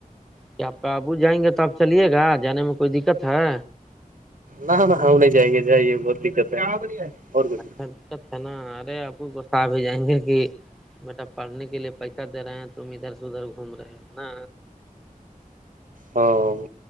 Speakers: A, in the centre; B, on the right.
A: کیا آپ قابو جائیں گے تو آپ چلیے گا جانے میں کوئی دکت ہے
B: نہ نہ ہم نہیں جائیں گے جائیے بہت دکت ہے اور کچھ
A: اچھا اچھا نا ارے آپ کو بسا بھی جائیں گے کہ <unintelligible> بیٹا پڑھنے کے لیے پیسہ دے رہے ہیں تم ادھر سے ادھر گھوم رہے نا
B: ہاں